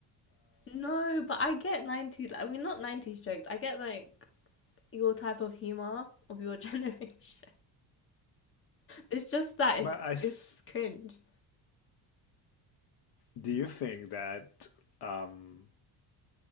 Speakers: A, on the left (about 30°); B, on the left (about 60°).
A: No, but I get 90s, I mean not 90s jokes. I get like your type of humor of your <laughs> generation. It's just that it's
B: But I s-
A: it's cringe.
B: do you think that um,